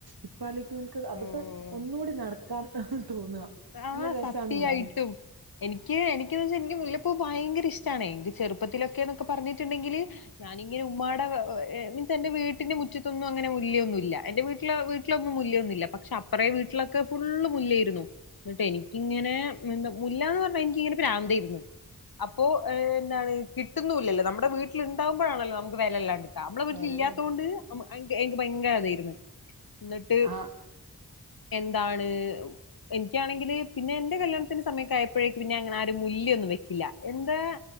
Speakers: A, on the right; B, on the left.
A: ഇപ്പ അലോചിക്കുമ്പെനിക്ക് അതൊക്കെ
B: ഉം
A: ഒന്നൂടി നടക്കാൻ തോന്നുക
B: ആഹ്
A: നല്ല രസാണല്ലേ
B: സത്യായിട്ടും എനിക്ക് എനിക്കെന്നുച്ചാ എനിക്ക് മുല്ല പ്പു ഭയങ്കര ഇഷ്ടാണെ എനിക്ക് ചെറുപ്പത്തിലൊക്കെന്നൊക്കെ പറഞ്ഞിട്ടുണ്ടെങ്കില് ഞാനിങ്ങനെ ഉമ്മാടെ എന്റെ വീട്ടന്റെ മുറ്റത്തൊന്നും അങ്ങനെ മുല്ലയൊന്നുവില്ല എന്റെ വീട്ടില് വീട്ടിലൊന്നും മുല്ലയൊന്നുമില്ല പക്ഷേ അപ്പറേ വീട്ടിലൊക്കെ ഫുള്ള് മുല്ലായായിരുന്നു എന്നിട്ട് എനിക്കിങ്ങനെ മുല്ലാന്ന് പറഞ്ഞാ എനിക്കിങ്ങനെ പ്രാന്തായിരുന്നു അപ്പൊ എഹ് എന്താണ് കിട്ടുന്നു ഇല്ലല്ലോ നമ്മടെ വീട്ടിൽ ഇണ്ടാകുമ്പോഴാണല്ലോ നമ്മക്ക് വിലയില്ലാണ്ട് ക നമ്മളെ വീട്ടിലില്ലാത്തോണ്ട്
A: എല്ലാം
B: എനിക്ക് ഭയങ്കര അതായിരുന്നു എന്നിട്ട്
A: ആഹ്
B: എന്താണ് എനി എനിക്കാണെങ്കില് പിന്നെ എൻ്റെ കല്യാണത്തിൻ്റെ സമയം ഒക്കെ ആയപ്പോഴേക്കും പിന്നെ അങ്ങനെ ആരും മുല്ല ഒന്നും വെക്കില്ല എന്താ